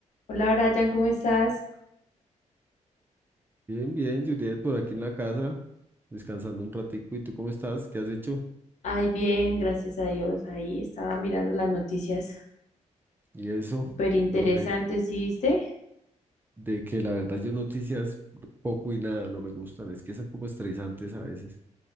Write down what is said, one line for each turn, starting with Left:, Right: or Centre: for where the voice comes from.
Left: Hola Brian, ¿cómo estás?
Right: Bien, bien, Juliet, por aquí en la casa, descansando un ratico. ¿Y tú cómo estás? ¿Qué has hecho?
Left: Ay, bien, gracias a Dios. Ahí estaba mirando las noticias
Right: Y eso,
Left: súper interesantes,
Right: sobre
Left: ¿sí viste?
Right: de que la verdad yo noticias poco y nada, no me gustan. Es que son como estresantes a veces.